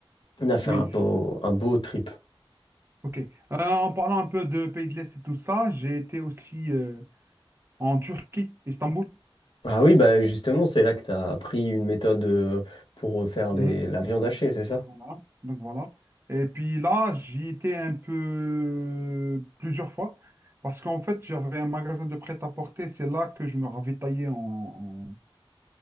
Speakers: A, on the left; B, on the right.
A: On a fait
B: oui,
A: un beau,
B: c'est.
A: un beau trip.
B: mmh. Ok, Euh, en parlant un peu de pays de l'Est et tout ça, j'ai été aussi euh, en Turquie, Istanbul.
A: Ah oui, bah justement, c'est là que tu as appris une méthode euh, pour faire les...
B: Mhm,
A: la viande hachée, c'est ça?
B: Voilà, donc voilà. Et puis là, j'y étais un peu euh, plusieurs fois parce qu'en fait, j'avais un magasin de prêt-à-porter, c'est là que je me ravitaillais en,